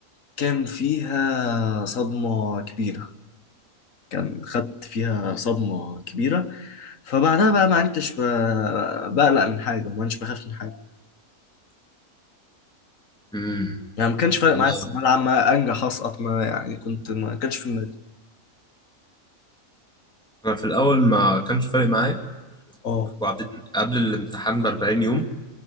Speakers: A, on the left; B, in the centre.
A: كان فيها صدمه كبيره كان خدت فيها صدمه كبيره فبعدها بقى ما عدتش ب- بقلق من حاجه وما عدتش بخاف من حاجه
B: امم
A: يعني ما كانش فارق
B: أنا
A: معايا الثانويه العامه انجح اسقط ما يعني كنت ما كانش في دماغي
B: أنا في الأول ما كانش فارق معايا
A: اه
B: وبعدين قبل الامتحان ب 40 يوم